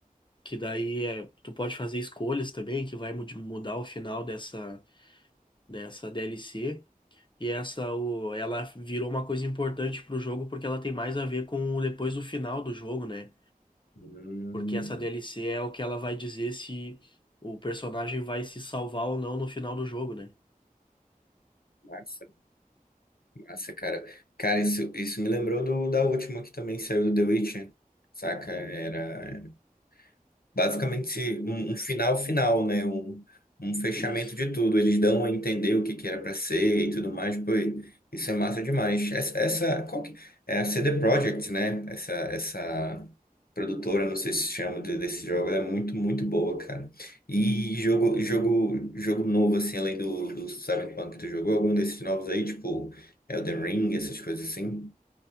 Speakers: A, on the left (about 35°); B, on the left (about 85°).
A: Que daí é, tu pode fazer escolhas também, que vai mud- mudar o final dessa, dessa DLC. E essa, o, ela virou uma coisa importante pro jogo porque ela tem mais a ver com o- depois do final do jogo, né?
B: Hum,
A: Porque essa DLC é o que ela vai dizer se o personagem vai se salvar ou não no final do jogo, né?
B: massa. Nossa, cara. Cara, isso, isso me lembrou do, da última que também saiu do The Witcher, saca? Era basicamente um, um final final, né? Um, um fechamento
A: Isso.
B: de tudo. Eles dão a entender o que que era para ser e tudo mais. Pô, isso é massa demais. Essa, essa qual que, é a CD Projekt, né? Essa, essa produtora, não sei se chama de- desse jogo, ela é muito, muito boa, cara. E jogo, jogo, jogo novo, assim, além do, do Cyberpunk que tu jogou, algum desses novos aí, tipo Elden Ring, essas coisas assim.